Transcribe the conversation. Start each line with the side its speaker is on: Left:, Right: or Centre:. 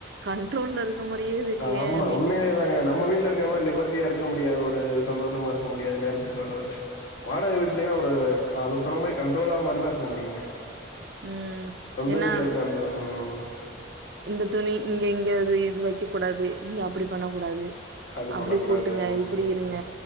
Right: கண்ட்ரோல்ல இருக் கம் மாரியே இருக்கே
Left: ஆமா
Right: அப்டின்னு
Left: உண்மேலே தாங்க நம்ம வீட் ட்ல இருக்க மாரி லிபர்டியா இருக்க முடியாது ஒரு சந்தோஷமா இருக்க முடியாது நேரத்துக்கு வரது வாடக வீட்லைன்னா ஒரு அதும் சொன்ன மாரி கண்ட்ரோலா மாரிதா இருக்க முடியுங்க
Right: ம்
Left: சொந்த
Right: ஏன்னா
Left: வீட்ல இருக்க அந்த ம்
Right: இந்த துணி இங்க இங்க அது இது வக்க கூடாது இங்க அப்டி பண்ண கூடாது
Left: அது
Right: அப்டி
Left: பண்ணக்கூடாது.
Right: கூட்டுங்க
Left: ம்.
Right: இப்டி இருங்க